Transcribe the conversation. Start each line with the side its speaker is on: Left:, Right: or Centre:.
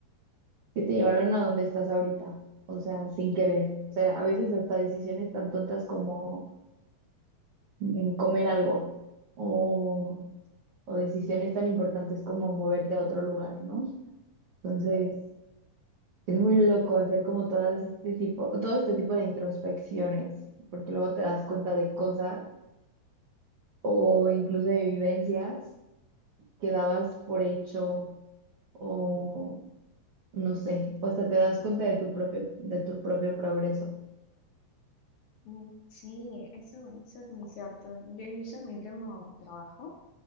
Right: que te llevaron a donde estás ahorita. O sea, sin querer. O sea, a veces hasta decisiones tan tontas como mm, comer algo o o decisiones tan importantes como moverte a otro lugar, ¿no? Entonces, es muy loco hacer como todas este tipo, todo este tipo de introspecciones, porque luego te das cuenta de cosas o incluso de vivencias que dabas por hecho o no sé, o hasta te das cuenta de tu propio, de tu propio progreso.
Left: Mm, Sí, eso, eso es muy cierto. Yo incluso en mi último trabajo,